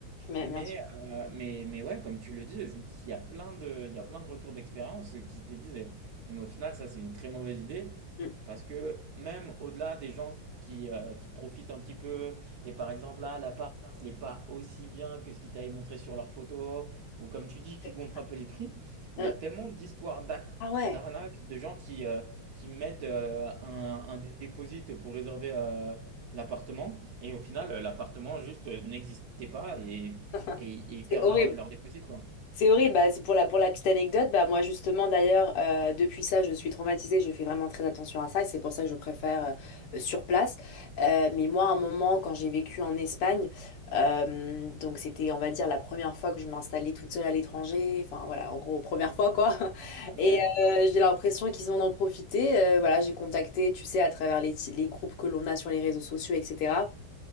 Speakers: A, on the left; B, on the right.
A: Mais
B: Mais,
A: bien sûr.
B: euh, mais, mais ouais, comme tu le dis, il y a plein de, il y a plein de retours d'expérience qui te disent, eh, mais au final, ça, c'est une très mauvaise idée.
A: Mm.
B: Parce que même au-delà des gens qui, euh, qui profitent un petit peu, et par exemple là, l'appart, il n'est pas aussi bien que ce qu'ils t'avaient montré sur leurs photos, ou comme tu dis, qui
A: <laughs>
B: gonflent un peu les prix, il
A: Mm.
B: y a tellement d'histoires d'ac-
A: Ah ouais,
B: d'arnaques, de gens qui, euh, qui mettent euh, un, un dépôt pour réserver euh, l'appartement, et au final, euh, l'appartement juste euh, n'existait pas, et,
A: <laughs>
B: et, et ils perdent
A: c'est horrible.
B: leur, leur dépôt, quoi.
A: C'est horrible. Bah, c'est pour la, pour la petite anecdote, bah, moi justement d'ailleurs, euh, depuis ça, je suis traumatisée, je fais vraiment très attention à ça et c'est pour ça que je préfère euh, sur place. Euh, mais moi, à un moment, quand j'ai vécu en Espagne, euh, donc c'était, on va dire, la première fois que je m'installais toute seule à l'étranger, enfin voilà, en gros, première fois quoi. <laughs>
B: Ouais.
A: Et euh, j'ai l'impression qu'ils ont en profité. Euh, voilà, j'ai contacté, tu sais, à travers les, les groupes que l'on a sur les réseaux sociaux, etc.